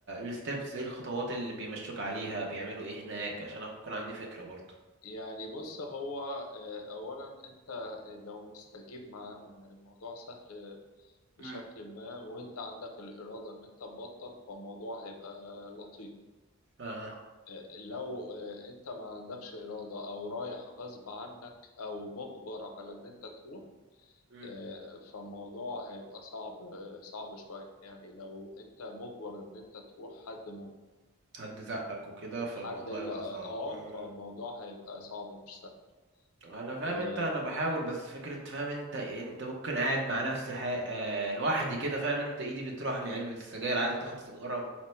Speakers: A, on the right; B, on the left.
A: الستبس ايه الخطوات اللي بيمشوك عليها بيعملوا ايه هناك عشان اكون عندي فكرة برضه
B: يعني بص هو آه أولا أنت لو مستجيب معاهم يعني الموضوع سهل بشكل
A: مم.
B: ما وأنت عندك الإرادة إن أنت تبطل فالموضوع هيبقى لطيف
A: اه
B: آه لو آه أنت ما عندكش إرادة أو رايح غصب عنك أو مجبر على إن أنت تروح
A: مم.
B: آه فالموضوع هيبقى صعب آه صعب شوية يعني لو أنت مجبر إن أنت تروح حد مجبر
A: حد زقك وكده فالموضوع
B: حد اللي
A: يبقى
B: آه
A: صعب
B: آه،
A: اه مم.
B: فالموضوع هيبقى صعب مش سهل
A: انا فاهم
B: آه،
A: انت انا بحاول بس فكرة فاهم انت إيه، انت ممكن قاعد مع نفسي حي... آه لوحدي كده فاهم انت ايدي بتروح لعلبة السجاير عايزة تاخد سيجارة